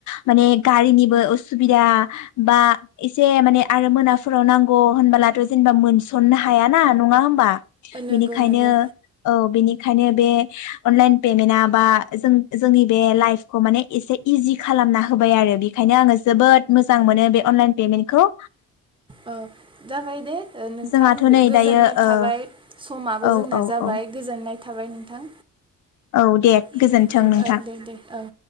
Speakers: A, on the left; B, on the right.
A: माने गारिनिबो उसुबिदा बा एसे माने आरो मोनाफोराव नांगौ होनबोलाथ' जेनेबा मोनसननो हायाना नङा होनोमबा? बेनिखायनो
B: नङा होमबा नंगौ नंगौ
A: औ बिनिख ओंखायनो बे अनलाइन पेमेन्टआ बा जों- जोंनि बे लाइफखौ माने एसे इजि खालामना होबाय आरो। बेनिखायनो आङो जोबोद मोजां मोनो बे अनलाइन पेमेन्टखौ।
B: ओ- जाबाय दे। ओ- नोंथां
A: जोंहाथ'
B: गो-गोजोननाय
A: नै दायो ओ
B: थाबाय समाबो
A: औ
B: जोंना
A: औ
B: जाबाय
A: औ
B: गोजोननाय थाबाय नोंथां।
A: औ दे
B: ओ
A: गोजोन्थों नोंथां।
B: दे दे औ